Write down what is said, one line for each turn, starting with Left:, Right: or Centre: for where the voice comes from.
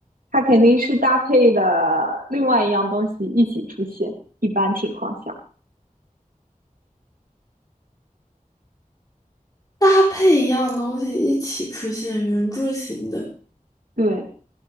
Right: 它肯定是搭配的另外一样东西一起出现，一般情况下，
Left: 搭配一样东西一起出现，圆柱形的，
Right: 对，